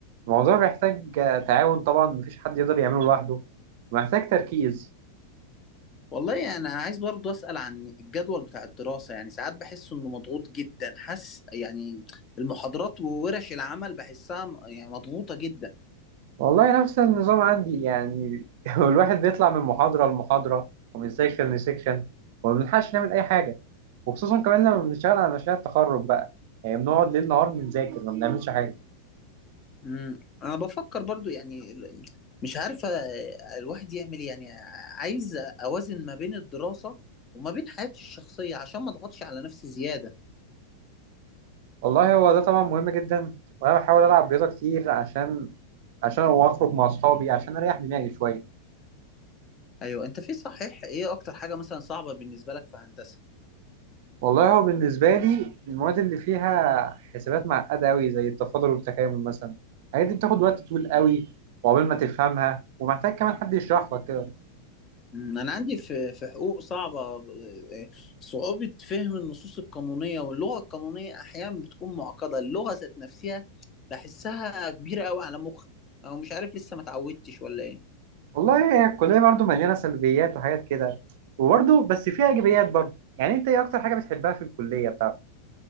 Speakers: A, on the right; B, on the left.
A: الموضوع بيحتاج تعاون طبعا مفيش حد يقدر يعمله لوحده ومحتاج تركيز
B: والله انا عايز برضو اسال عن الجدول بتاع الدراسه يعني ساعات بحس انه مضغوط جدا حاسس يعني المحاضرات وورش العمل بحسها م- يعني مضغوطه جدا
A: والله نفس النظام عندي يعني <laughs> هو الواحد بيطلع من محاضرة لمحاضرة ومن سيكشن لسيكشن وما بنلحقش نعمل أي حاجة وخصوصا كمان لما بنشتغل على مشاريع التخرج بقى يعني بنقعد ليل نهار بنذاكر ما بنعملش حاجة
B: امم انا بفكر برضو يعني ال- مش عارفه الواحد يعمل إيه. يعني عايز اوازن ما بين الدراسه وما بين حياتي الشخصيه عشان ما اضغطش على نفسي زياده
A: والله هو ده طبعا مهم جدا وأنا بحاول ألعب رياضة كتير عشان عشان هو أخرج مع أصحابي عشان أريح دماغي شوية
B: ايوه انت في صحيح ايه اكتر حاجه مثلا صعبه بالنسبه لك في هندسه
A: والله هو بالنسبة لي المواد اللي فيها حسابات معقدة أوي زي التفاضل والتكامل مثلا الحاجات دي بتاخد وقت طويل أوي وعقبال ما تفهمها ومحتاج كمان حد يشرح لك كده
B: مم، أنا عندي في في حقوق صعبة صعوبة فهم النصوص القانونية واللغة القانونية أحيانا بتكون معقدة اللغة ذات نفسها بحسها كبيرة أوي على مخي أو مش عارف لسه ما اتعودتش ولا إيه
A: والله هي الكلية برضو مليانة سلبيات وحاجات كده وبرضو بس فيها إيجابيات برضو يعني أنت إيه أكتر حاجة بتحبها في الكلية بتاعتك؟